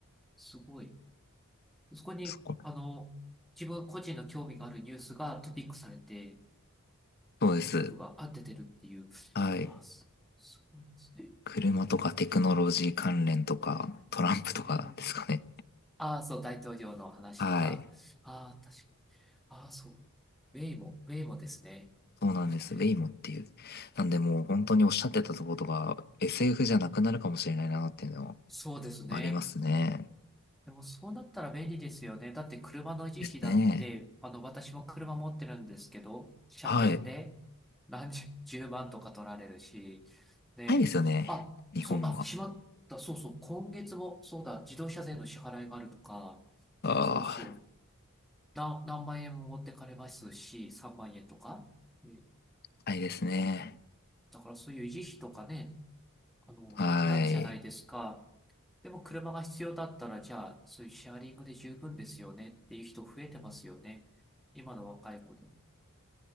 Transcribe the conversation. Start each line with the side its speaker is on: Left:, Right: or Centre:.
Centre: すごい。そこに、
Left: そこ
Centre: あの、自分個人の興味があるニュースがトピックされて、
Left: そうです。
Centre: トピックが合っててるっていう。
Left: はい。
Centre: あ、す、すごいですね。
Left: 車とかテクノロジー関連とか、トランプとかですかね。
Centre: えー、ああ、そう、大統領の話とか。
Left: はい。
Centre: ああ、確か。ああ、そう。ウェイも、ウェイもですね。
Left: そうなんです。
Centre: あこれ、
Left: ウェイモっていう。なんでもう本当におっしゃってたところが SF じゃなくなるかもしれないなっていうのは
Centre: そうですね。
Left: ありますね。
Centre: でもそうなったら便利ですよね。だって車の維持費だって、
Left: ですね。
Centre: あの、私も車持ってるんですけど、車検で
Left: はい。
Centre: 何十、10万とか取られるし、ねえ、
Left: ないですよね。
Centre: あ、
Left: 日本は。
Centre: そう、あ、しまった、そうそう、今月も、そうだ、自動車税の支払いがあるとか、
Left: ああ、
Centre: そうそう、な、何万円も持ってかれますし、3万円とか。え
Left: タいですね。
Centre: だからそういう維持費とかね、あの、
Left: はい。
Centre: なくなるじゃないですか。でも車が必要だったら、じゃあ、そういうシェアリングで十分ですよねっていう人増えてますよね。今の若い子でも。